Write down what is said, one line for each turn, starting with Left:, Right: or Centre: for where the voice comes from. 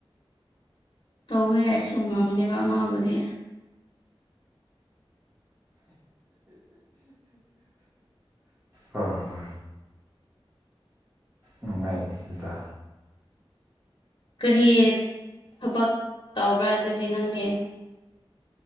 Left: ꯇꯧꯋꯦ ꯍꯥꯏꯔꯁꯨ ꯉꯝꯗꯦꯕ ꯃꯥꯕꯨꯗꯤ
Right: ꯑ ꯍ ꯅꯨꯡꯉꯥꯏꯈ꯭ꯔꯔꯤꯗ
Left: ꯀꯔꯤ ꯊꯕꯛ ꯇꯧꯕ꯭ꯔꯥ ꯑꯗꯨꯗꯤ ꯅꯪꯗꯤ